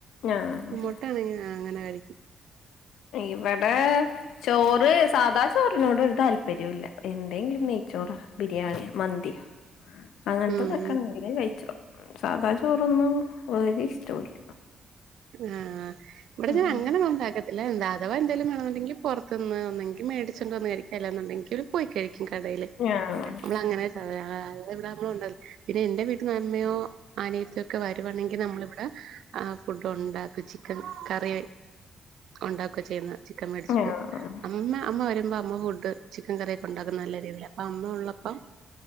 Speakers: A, on the left; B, on the right.
A: ആഹ്
B: മുട്ടാ ആണെങ്കി അങ്ങനെ കഴിക്കും
A: ഇവിടെ ചോറ് സാധാ ചോറിനോട് ഒരു താല്പര്യം ഇല്ല എന്തെങ്കിലും നെയ്ച്ചോറാ ബിരിയാണി മന്തി അങ്ങനത്തെ
B: ഉം
A: തെക്കണേ നെയ്ച്ചോറ് സാധാ ചോറൊന്നും വേരെ ഇഷ്ടല്ല
B: ആഹ് ഇവിടെ
A: ആഹ്
B: ഞാൻ അങ്ങനെന്ന ഉണ്ടാക്ക ഇല്ല എന്താ അവാ എന്തായാല വേമുണ്ടെങ്കിൽ പുറത്ത്ന്ന്ന്നെങ്ക മേടിച്ചച്ച്ണ്ട്ന്നതരിക്കാ അല്ല എന്നുണ്ടെങ്കിൽ <unintelligible> പോയി കഴിക്കും കടയില്
A: ആഹ്
B: നമ്മളങ്ങനെ അ ഇവിടെ നമ്മള ഉണ്ടല്ലോ പിന്നെ എന്റെ വീട്ട അമ്മയോ ആനയത്തോ ഒക്കെ വരുവാണെങ്കിൽ നമ്മളിവിടെ ആഹ് ഫുഡ് ഉണ്ടാക്കും ചിക്കൻ കറി ഉണ്ടാക്കുക ചെയ്യുന്ന ചിക്കൻ മേടിച്ചിട്ട്
A: ആഹ്
B: അമ്മ അമ്മ വരുമ്പോ അമ്മ ഫുഡ് ചിക്കൻ കറി ഉണ്ടാക്കുന്ന നല്ല രീതിയില അപ്പൊ അമ്മ ഉള്ളപ്പം